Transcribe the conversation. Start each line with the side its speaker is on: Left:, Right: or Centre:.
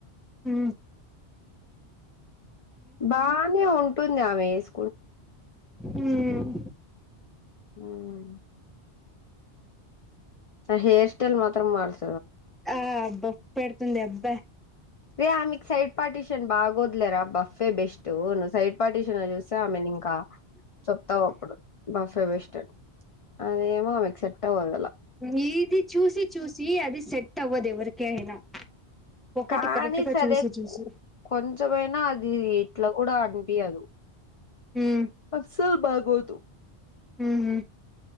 Centre: ఉమ్
Left: బానే ఉంటుందామెస్
Centre: ఉమ్
Left: ఉమ్ ఆ హేర్ స్టైల్ మాత్రం మార్చ్
Centre: ఆబ్బా పెడుతుంది ఎబ్బా
Left: రే ఆమెక్ సైడ్ పార్టిటీషన్ బాగోద్లేరాబ్బా సే బెస్టూ నువ్వు సైడ్ పార్టిషన్ ల జూస్తే ఆమెనింకా చెప్తావప్పుడు బఫ్ఫె బెస్ట్ అని ఆమేమో అమెకు సెట్ట్ అవ్వదలా
Centre: నీది చూసి చూసి అది సెట్ అవ్వదు ఎవరికి అయినా ఒకటి
Left: కాని
Centre: కరెక్ట్ గా
Left: సరే
Centre: చూసి
Left: క్
Centre: చూసి
Left: కొంచమైనా అదీ ఇట్లా గూడ అనిపియ్యదు
Centre: ఉమ్
Left: అస్సల్ బాగోదు
Centre: ఉహు